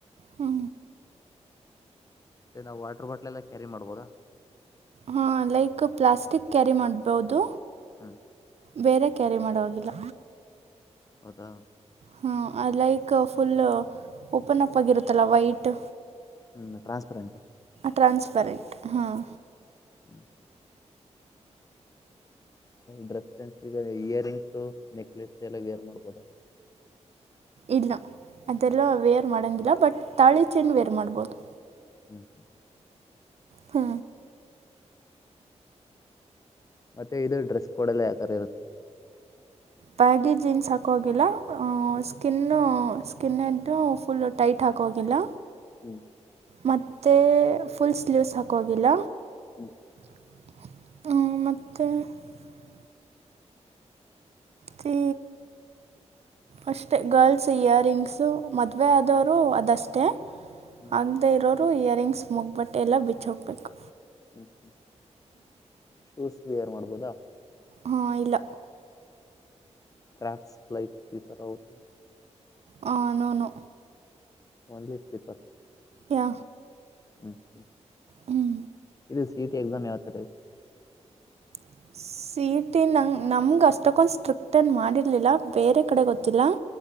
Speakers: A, on the right; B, on the left.
A: ಹ್ಮ.
B: ಮತ್ತೆ ನಾವು ವಾಟರ್ ಬಾಟ್ಲ್ ಎಲ್ಲ ಕ್ಯಾರಿ ಮಾಡ್ಬೋದಾ.
A: ಹಾ ಲೈಕ್ ಪ್ಲಾಸ್ಟಿಕ್ ಕ್ಯಾರಿ ಮಾಡ್ಬಹದು.
B: ಹ್ಮ.
A: ಬೇರೆ ಕ್ಯಾರಿ ಮಾಡುವೋಗಲ್ಲ.
B: ಹೌದಾ.
A: ಹಾ ಲೈಕ್ ಫುಲ್ ಓಪನ್ ಅಪ್ ಆಗಿರುತ್ತಲ್ಲ ವೈಟ್.
B: ಹ್ಮ್ ಟ್ರಾನ್ಸ್ಪರಂಟ್.
A: ಟ್ರಾನ್ಸ್ಪರೆಂಟ್ ಹಾಂ.
B: ಹ್ಮ್ ಹ್ಮ. ಡ್ರೆಸ್ ಸೆನ್ಸ್ಗ ನೀ ಇಯರಿಂಗ್ಸು ನೆಕ್ಲೆಸ್ ಎಲ್ಲ ವೇರ್ ಮಾಡ್ಬೋದ.
A: ಇಲ್ಲ ಅದೆಲ್ಲ ವೇರ್ ಮಾಡೋಂಗಿಲ್ಲ ಬಟ್ ತಾಳಿ ಚೆನ್ ವೇರ್ ಮಾಡ್ಬೋದು.
B: ಹ್ಮ್ ಹ್ಮ್.
A: ಹ್ಮ.
B: ಮತ್ತೆ ಇದು ಡ್ರೆಸ್ ಕೋಡಲ್ಲಿ ಯಾವ ಥರ ಇರುತ್ತೆ.
A: ಬ್ಯಾಗಿ ಜೀನ್ಸ್ ಹಾಕೋಗಲ್ಲ
B: ಹ್ಞೂ
A: ಸ್ಕಿನ್ನು. ಸ್ಕಿನ್ ಎ್ದು ಫುಲ್ ಟೈಟ್ ಹಾಕೋಗಿಲ್ಲ.
B: ಹ್ಮ್.
A: ಮತ್ತೆ ಫುಲ್ ಸ್ಲೀವ್ಸ್ ಹಾಕೋಗಿಲ್ಲ.
B: ಹ್ಮ.
A: ಮ ಹ ಅಷ್ಟೆ ಗರ್ಲ್ಸ್ ಇಯರಿಂಗ್ಸು ಮದುವೆ ಆದವರು ಅದಷ್ಟೆ
B: ಹ್ಞೂ
A: ಆಗದೆ ಇರೋರು ಇಯರಿಂಗ್ಸ್ ಮುಗ್ಬಟ್ಟೆ ಎಲ್ಲ ಬಿಚ್ಚ ಹೋಗ್ಬೇಕು
B: ಹ್ಮ್ ಹ್ಮ್ ಶೂಸ್ ವಿಯರ್ ಮಾಡ್ಬೋದಾ
A: ಹಾ ಇಲ್ಲ
B: ಕ್ರಾಕ್ಸ್ ಲ ಲೈಕ್ ಸ್ಲಿಪರ ಹೊತ
A: ಹ ನೂನು
B: ಓನ್ಲಿ ಸ್ಲಿೀಪರ್
A: ಯ
B: ಹ್ಮ್ ಹ್ಮ್
A: ಹ್ಮ್
B: ಇ ಎಾಮ ಯಾವತ
A: <unintelligible> ಸಿ ಟಿ ನಂಗೆ ನಮ್ಗೆ ಅಷ್ಟಕ್ಕೊಂದು ಸ್ಟ್ರಿಕ್ಟನ್ ಮಾಡಿರಲಿಲ್ಲ ಬೇರೆ ಕಡೆ ಗೊತ್ತಿಲ್ಲ